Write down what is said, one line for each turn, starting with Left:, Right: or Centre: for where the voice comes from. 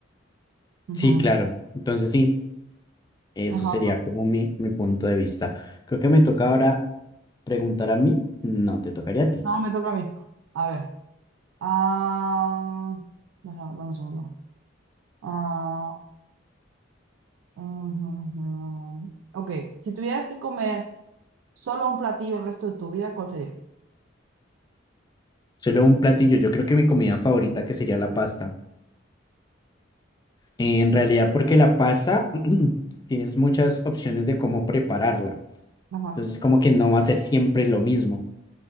Right: Ujú.
Left: sí, claro. Entonces sí, eso
Right: Ajá.
Left: sería como mi, mi punto de vista. Creo que me toca ahora preguntar a mí. No, te tocaría a ti.
Right: No, me toca a mí. A ver. Ah, déjame, dame un segundo. Ah, ujú, ujú. Ok, si tuvieras que comer solo un platillo el resto de tu vida, ¿cuál sería?
Left: Solo un platillo. Yo creo que mi comida favorita que sería la pasta. En realidad, porque la pasta <clears throat> tienes muchas opciones de cómo prepararla.
Right: Ajá.
Left: Entonces, como que no va a ser siempre lo mismo.